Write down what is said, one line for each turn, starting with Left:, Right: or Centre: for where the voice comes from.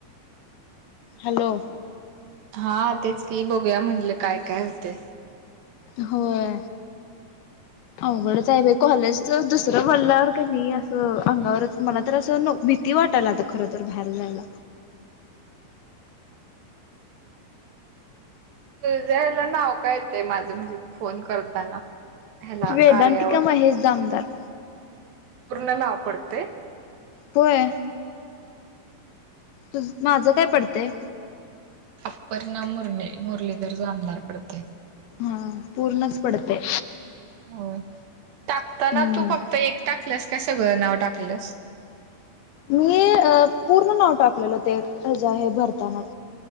Left: हॅलो.
Right: हा तेच की बघूया म्हटले काय काय होते.
Left: होय. अवघडच आहे बा कॉलेज दुसरं बोलल्यावर का नाही असं अंगावरच मला तर असं नक भीती वाटायला आता खर तर बाहेर जायला
Right: तज ह्याला नाव काय येत माझं म्हणजे फोन करताना ह्याला
Left: वेदांतिका
Right: कार्यावर
Left: महेश दामदार
Right: पूर्णन आपडते
Left: होय तु माझं काय पडतंय
Right: अप्पर ना मुरली मुरलीधर जा आमदार पडते
Left: हा पूर्णच पडते
Right: हो टाकताना
Left: हम्म.
Right: तू फक्त एक टाकलंस काय सगळं नाव टाकलंस
Left: मी पूर्ण नाव टाकलेल होते ह ज हे भरतानाट